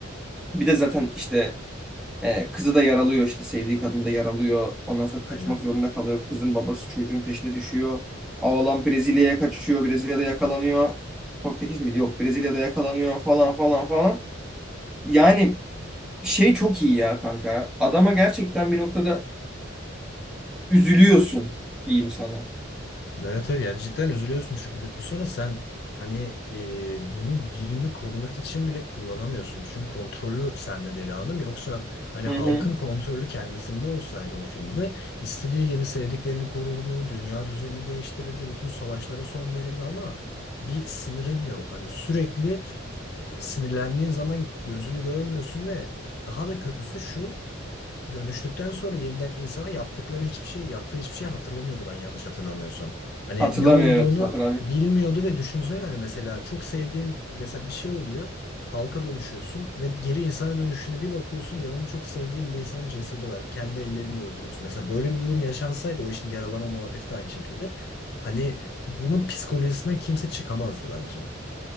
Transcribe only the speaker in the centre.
bir de zaten işte E, kızı da yaralıyor işte sevdiği kadın da yaralıyor. Ondan sonra kaçmak
zorunda kalıyor. Kızın babası çocuğun peşine düşüyor. Oğlan Brezilya'ya kaçıyor. Brezilya'da yakalanıyor. Portekiz miydi? Yok. Brezilya'da yakalanıyor falan falan falan. Yani şey çok iyi ya kanka. Adama gerçekten bir noktada üzülüyorsun diyeyim sana.
Hı
hı.
Hatırlamıyor
evet hatırlamıyor.